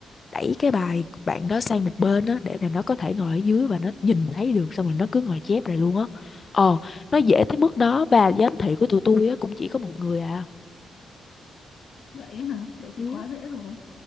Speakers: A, on the left; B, on the left.
A: đẩy cái bài bạn đó sang một bên đó để mà nó có thể ngồi ở dưới và nó nhìn thấy được xong rồi nó cứ ngồi chép này luôn á ờ nó dễ tới mức đó và giám thị của tụi tôi á cũng chỉ có một người à
B: vậy ấy hả vậy thì
A: Ừ.
B: quá dễ rồi